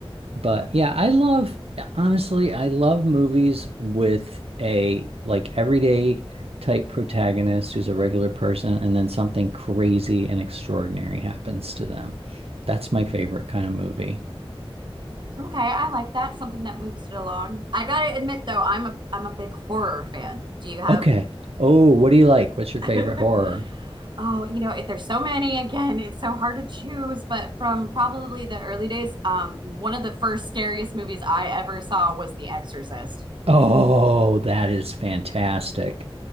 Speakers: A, on the right; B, on the right.
A: But yeah, I love, honestly, I love movies with a like everyday type protagonist who's a regular person and then something crazy and extraordinary happens to them. That's my favorite kind of movie.
B: Okay, I like that. Something that moves it along. I gotta admit though, I'm a I'm a big horror fan. Do you have
A: Okay. Oh, what do you like? What's your
B: <laughs>
A: favorite horror?
B: Oh, you know, it, there's so many again. It's so hard to choose, but from probably the early days, um, one of the first scariest movies I ever saw was The Exorcist.
A: Oh, that is fantastic.